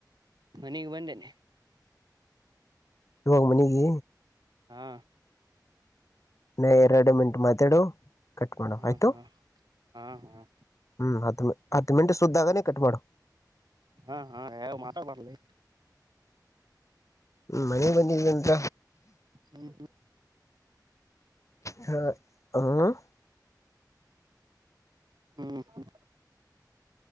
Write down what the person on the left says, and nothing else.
ಇವಾಗ ಮನಗೆ
ಇ ಎರಡು ಮಿಟ್ ಮಾತಾಡು ಕಟ್ ಮಾಡೋ
ಆಯ್ತು
ಹ್ಮ್ ಹತ್ತು ಹತ್ತು ಮಿಂಟ್ ಸುದ್ದಾಗೇ ಕಟ್ ಮಾಡು
ಹ್ಮ್ ಮನೆಗೆ ಬಂದಿದ್ದೀಂತ
ಹ ಹ <inaudible>